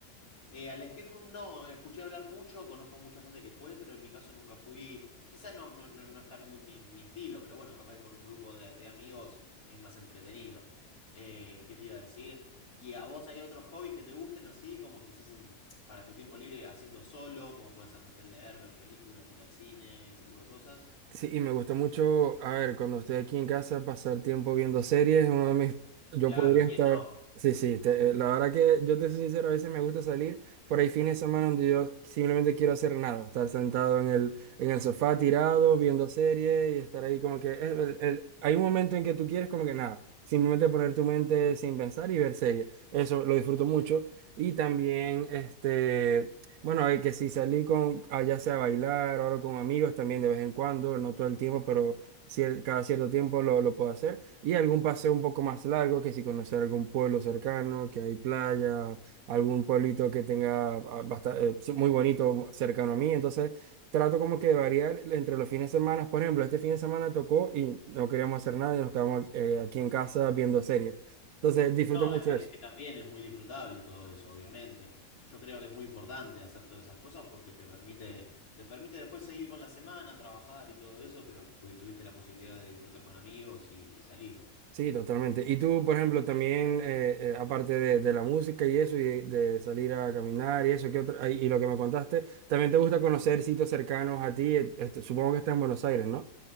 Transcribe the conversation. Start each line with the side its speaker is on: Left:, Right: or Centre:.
Left: Eh, al escape room no, escuché hablar mucho, conozco mucha gente que fue, pero en mi caso nunca fui. Quizás no, no, no, no es tan muy mi, mi estilo, pero bueno, capaz que con un grupo de, de amigos es más entretenido. Eh, ¿qué te iba a decir? ¿Y a vos hay otros hobbies que te gusten así, como quizás en, para tu tiempo libre haciendo solo, como puede ser, no sé, leer, ver películas, ir al cine, ese tipo de cosas?
Right: Sí, y me gusta mucho, a ver, cuando estoy aquí en casa, pasar tiempo viendo series, uno de mis, yo
Left: Claro,
Right: podría
Left: ¿quién
Right: estar,
Left: no?
Right: sí, sí, te- eh, la verdad que yo te soy sincero, a veces me gusta salir por ahí fines de semana donde yo simplemente quiero hacer nada, estar sentado en el, en el sofá tirado, viendo series y estar ahí como que, el- el- el- hay un momento en que tú quieres como que nada, simplemente poner tu mente sin pensar y ver series, eso lo disfruto mucho. Y también, este, Bueno, y que si salí con, ah, ya sea a bailar o algo con amigos también de vez en cuando, no todo el tiempo, pero cier- cada cierto tiempo lo, lo puedo hacer. Y algún paseo un poco más largo, que si conocer algún pueblo cercano, que hay playa, algún pueblito que tenga ah, basta- eh, su- muy bonito cercano a mí. Entonces, trato como que de variar entre los fines de semana. Por ejemplo, este fin de semana tocó y no queríamos hacer nada y nos quedamos eh, aquí en casa viendo series. Entonces, disfruto
Left: No,
Right: mucho
Left: es que,
Right: eso.
Left: es que también es muy disfrutable todo eso, obviamente. Yo creo que es muy importante hacer todas esas cosas porque te permite, te permite después seguir con la semana, trabajar y todo eso, pero pu- tuviste la posibilidad de disfrutar con amigos y, y salir.
Right: Sí, totalmente. Y tú, por ejemplo, también, eh, eh, aparte de, de la música y eso, y de, de salir a caminar y eso, ¿qué otra- ay, y lo que me contaste, también te gusta conocer sitios cercanos a ti, eh, este, supongo que está en Buenos Aires, ¿no?